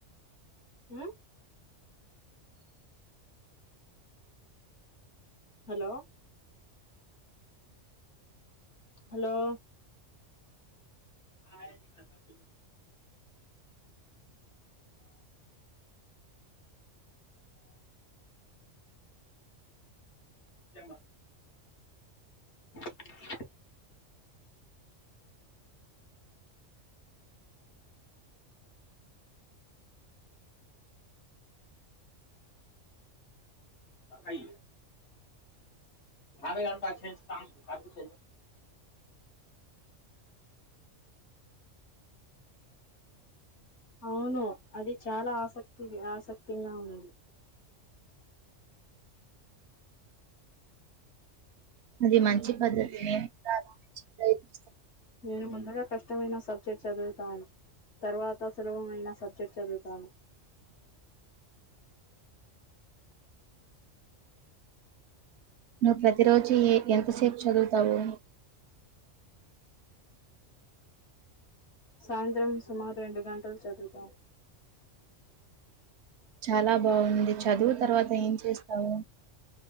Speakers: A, on the left; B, on the right.
A: హ్మ్ హలో హలో హా స చెమ <inaudible> అయి అారఘంటా చే కా క అవును అది చాలా ఆసక్తి ఆసక్తింగా ఉంది.
B: అది మంచి పద్ధతి నేను కూడా అలా ప్రయత్నిస్తాను.
A: నేను ముందుగా కష్టమైన సబ్జెక్ట్ చదువు తర్వాత <unintelligible> మైన సబ్జెక్ట్ చదువుతాను.
B: నువ్వు ప్రతిరోజు ఎంతసేపు చదువుతావు.
A: సాయంత్రం సుమారు రెండు గంటలు చదువుతాను
B: చాలా బావుంది. చదువు తర్వాత ఏం చేస్తావు.